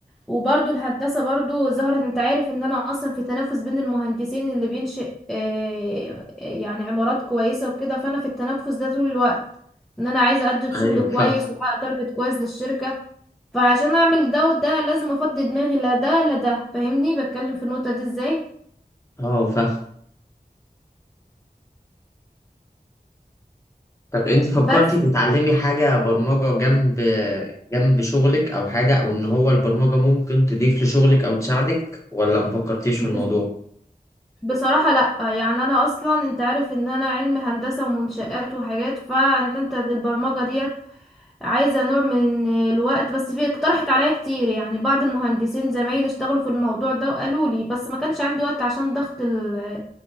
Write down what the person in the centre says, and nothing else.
وبرضو الهندسة برضو ظهرت انت عارف ان انا اصلا في تنافس بين المهندسين اللي بينشئ آه، يعني عمارات كويسة وكده فانا في التنافس ده طول الوقت ان انا عايزة اقدم شغل
كويس
واحقق تارجت كويس للشركة فعشان اعمل ده وده لازم افضي دماغي لا ده لا ده فاهمني بتكلم في النقطة دي ازاي
بس
بس-
بصراحة لا يعني انا اصلا انت عارف ان انا علم هندسة ومنشآت وحاجات فان انت البرمجة دي عايزة نوع من الوقت بس في اقترحت عليا كتير يعني بعض المهندسين زمايلي اشتغلوا في الموضوع ده وقالوا لي بس ما كانش عندي وقت عشان ضغط ال...